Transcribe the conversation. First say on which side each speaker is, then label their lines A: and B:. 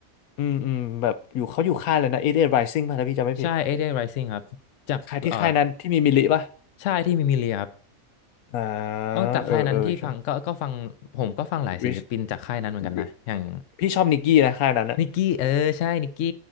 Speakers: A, on the left; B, on the left.
A: อืมอืมแบบอยู่เขาอยู่ค่ายเลยนะเอ g h t Rising ป่ะถ้าพี่จำไม่ผิด
B: ใช่8 d e y Rising ครับจากเอ่อ
A: ค่ายที่ค่ายนั้นที่มีมิลลิป่ะ
B: ใช่ที่มีมิเลียครับ
A: อ่า
B: นอกจากค่ายนั้นที่ฟังก็ก็ฟังผมก็ฟังหลายศิลปินจากค่ายนั้นเหมือนกันนะอย่าง
A: เออเออใช่ Rich- Rich- พี่ชอบนิกกี้นะค่ายนั้นอะ
B: นิกกี้เออใช่นิกกี้